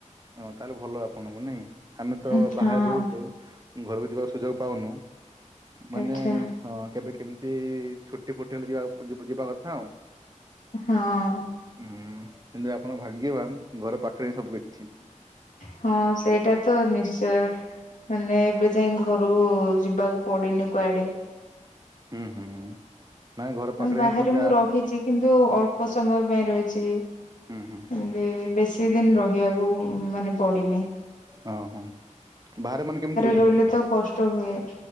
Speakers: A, on the right; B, on the left.
A: ହ ତାହେଲେ ଭଲ ଆପଣଙ୍କୁ ନାଇଁ ଆମେ ତ
B: ଉଁ, ହଁ
A: ବାହାରେ ରହୁଛୁ। ଘରକୁ ଯିବାର ସୁଯୋଗ ପାଉନୁ ମାନେ
B: ଆଚ୍ଛା
A: ହଁ କେବେ କେମିତି ଛୁଟି ଫୁଟି ହେଲେ ଯିବା ଯିବା କଥା ଆଉ
B: ହଁ
A: ହୁଁ କିନ୍ତୁ ଆପଣ ଭାଗ୍ୟବାନ ଘର ପାଖରେ ହିଁ ସବୁ କିଛି।
B: ହଁ ସେଇଟା ତ ନିଶ୍ଚୟ ମାନେ ଏବେ ଯାଇ ଘରୁ ଯିବାକୁ ପଡିନି କୁଆଡେ।
A: ହୁଁ ହୁଁ ହୁଁ ନାଇଁ ଘର
B: ଆଉ
A: ପାଖରେ
B: ବାହାରେ
A: ଯାହା
B: ମୁଁ ରହିଛି କିନ୍ତୁ ଅଳ୍ପ ସମୟ ପାଇଁ ରହିଛି ଏମତି
A: ହୁଁ ହୁଁ
B: ବେଶୀ ଦିନ ରହିବାକୁ କୁ ମାନେ ପଡିିନି।
A: ଓଁ ହଁ ବାହାରେ ମାନେ କେମିତି ରହୁଛନ୍ତି?
B: ରହିଲେ ତ କଷ୍ଟ ହୁଏ